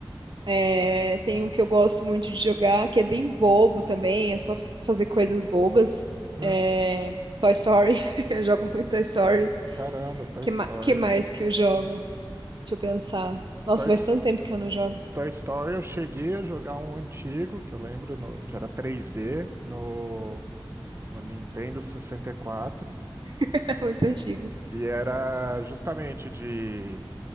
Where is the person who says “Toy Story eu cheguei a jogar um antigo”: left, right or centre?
Right